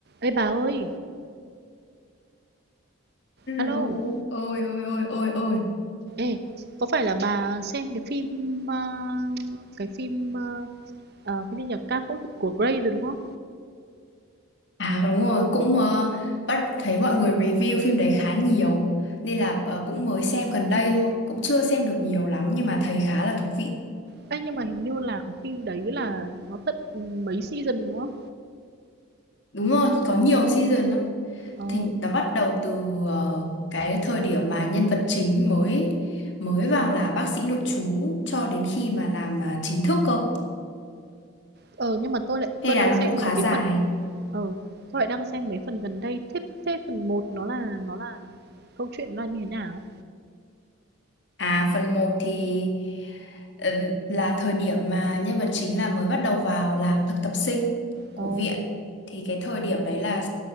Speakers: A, on the right (about 50°); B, on the left (about 55°).
A: Ê bà ơi, alo,
B: Lô ôi ôi ôi ôi ôi
A: ê, có phải là bà xem cái phim ờ, cái phim ờ, ờ, cái gì nhỉ, ca phẫu thuật của Grey rồi đúng không?
B: à đúng rồi cũng ờ, bắt thấy mọi người review phim đấy khá nhiều nên là ờ, cũng mới xem gần đây thôi cũng chưa xem được nhiều lắm nhưng mà thấy khá là thú vị
A: Ê, nhưng mà hình như là cái phim đấy là nó tận mấy season đúng không?
B: đúng rồi có nhiều season lắm
A: Ồ,
B: thì nó bắt đầu từ ờ, cái thời điểm mà nhân vật chính mới mới vào là bác sĩ nội trú cho đến khi mà làm ờ, chính thức cơ
A: ờ nhưng mà tôi lại
B: hay
A: tôi
B: là
A: đang
B: nó
A: xem
B: cũng khá
A: mấy cái
B: dài
A: phần ờ tôi lại đang xem mấy phần gần đây. Thế thế phần một nó là nó là câu chuyện nó là như thế nào?
B: À, phần một thì ờ, là thời điểm mà nhân vật chính là mới bắt đầu vào làm thực tập sinh của
A: Ồ,
B: viện. Thì cái thời điểm đấy là